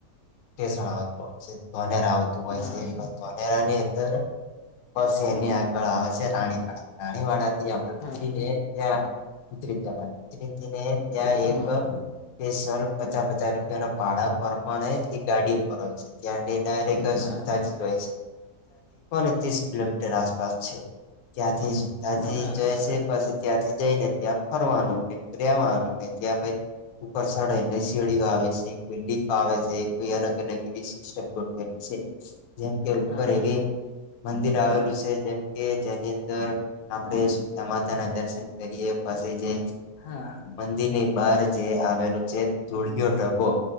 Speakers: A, on the left; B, on the left.
A: ટેશન આવતું હોય છે, ધોનેરા આવતું હોય
B: હા
A: છે, ધોનેરાની અંદર બસ એની આગળ આવે છે રાણીવાડા, રાણીવાડાથી આપડે
B: હા
A: ઉતરીને. ત્યાં, ઉતરી જવાની ઉતરીને ત્યાં
B: હા
A: એક <unintelligible> પચાસ પચાસ રૂપિયા ના ભાડા પર પણ એ ગાડી ઉપર હોય છે, ત્યાં ડાયરેક્ટ
B: હા
A: <unintelligible> ત્રીસ કિલોમીટર આસપાસ છે, ત્યાંથી જ તાજી
B: હા
A: જઈ છે પછી ત્યાંથી જઈને ત્યાં ફરવાનું ને રહેેવાનું ને ત્યાં પ ઉપર ચડાયને શેડીઓ આવે છે કો લીપ આવે છે. વી અલગ અલગ એવી સિસ્ટમ ગોઠવેલી છે, જેમ કે ઉપર
B: હા
A: એવી મંદિર આવેલું છે જેમ કે જેની અંદર. આપણેે સીતા માતાના દર્શન કરીએ પછી જે
B: હા
A: મંદિરની બાર જે આવેલું છે ધૂળિયો ઢગો,